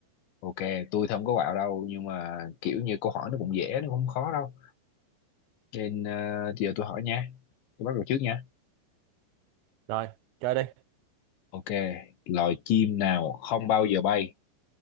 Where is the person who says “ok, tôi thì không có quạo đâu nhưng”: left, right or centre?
Left